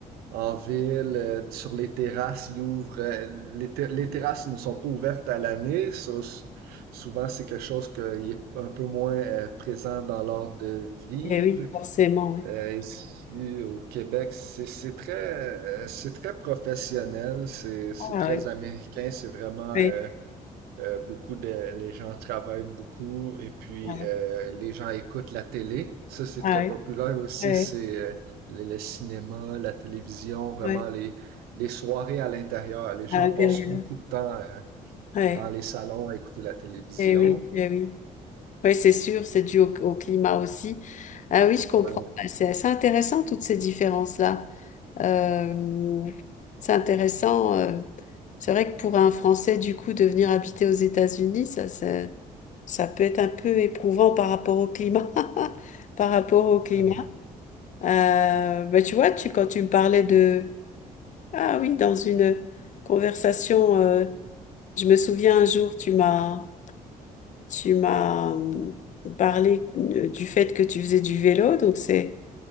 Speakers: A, on the right; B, on the left.
A: en ville, euh, sur les terrasses, ils ouvrent. euh, les, ter- les terrasses ne sont pas ouvertes à l'année. ça, s- souvent, c'est quelque chose qui est un peu moins euh, présent dans l'ordre de vivre.
B: eh oui, forcément, ouais.
A: Euh, ici, au Québec, c'est c'est très, euh, c'est très professionnel, c'est c'est
B: Ah
A: très
B: oui.
A: américain, c'est vraiment
B: Oui,
A: euh, euh, beaucoup de les gens travaillent beaucoup et puis
B: ouais,
A: euh, les gens écoutent la télé. Ça, c'est
B: Ah
A: très
B: oui
A: populaire aussi.
B: ouais,
A: C'est euh, le, le cinéma, la télévision, vraiment
B: ouais,
A: les les soirées à l'intérieur. Les gens
B: à l'intérieur.
A: passent beaucoup de temps euh,
B: Ouais,
A: dans les salons à écouter la télévision.
B: et oui, eh oui. Oui, c'est sûr, c'est dû au, au climat aussi. Ah oui, je comprends.
A: Ouais,
B: Bah, C'est assez intéressant, toutes ces différences-là. Euh, c'est intéressant. euh, c'est vrai que pour un Français, du coup, de venir habiter aux États-Unis, ça, ça, ça peut être un peu éprouvant par rapport au climat. <laughs> Par rapport au climat.
A: tellement.
B: Euh, bah, tu vois, tu, quand tu me parlais de... Ah oui, dans une conversation, euh, je me souviens un jour, tu m'as... Tu m'as hum, parlé euh, du fait que tu faisais du vélo, donc c'est